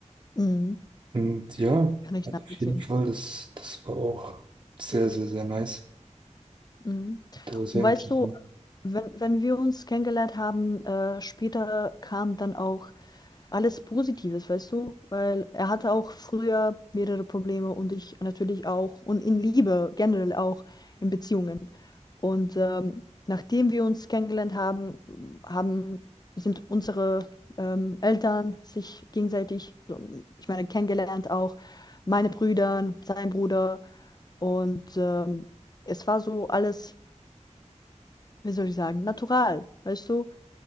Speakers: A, on the left (about 35°); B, on the right (about 40°).
A: Mhm.
B: Und ja,
A: Kann ich
B: also
A: nachvollziehen.
B: auf jeden Fall, das, das war auch sehr, sehr, sehr nice.
A: Mhm.
B: Das war sehr
A: Und weißt
B: interessant.
A: du, wenn, wenn wir uns kennengelernt haben, äh, später kam dann auch alles Positives, weißt du? Weil er hatte auch früher mehrere Probleme und ich natürlich auch und in Liebe generell auch in Beziehungen. Und ähm, nachdem wir uns kennengelernt haben, haben sind unsere ähm, Eltern sich gegenseitig, so, ich meine, kennengelernt auch, meine Brüder, sein Bruder und ähm, es war so alles, wie soll ich sagen, natural, weißt du?